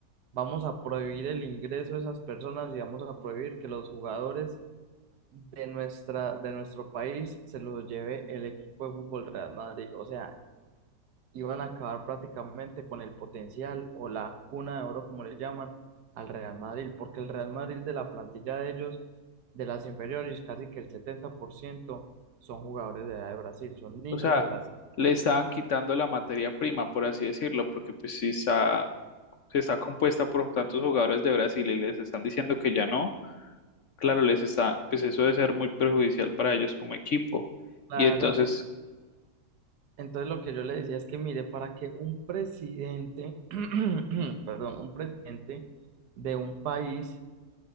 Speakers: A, on the right; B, on the left.
A: Vamos a prohibir el ingreso de esas personas y vamos a prohibir que los jugadores de nuestra, de nuestro país se los lleve el equipo de fútbol Real Madrid. O sea, iban a acabar prácticamente con el potencial o la cuna de oro, como le llaman, al Real Madrid, porque el Real Madrid de la plantilla de ellos, de las inferiores, casi que el 70% son jugadores de edad de Brasil, son niños
B: O sea,
A: de Brasil.
B: le estaban quitando la materia prima, por así decirlo, porque pues si está, está compuesta por tantos jugadores de Brasil y les están diciendo que ya no, claro, les está, pues eso debe ser muy perjudicial para ellos como equipo.
A: Claro,
B: Y entonces,
A: Entonces lo que yo le decía es que mire, para que un presidente, <clears throat> perdón, un presidente de un país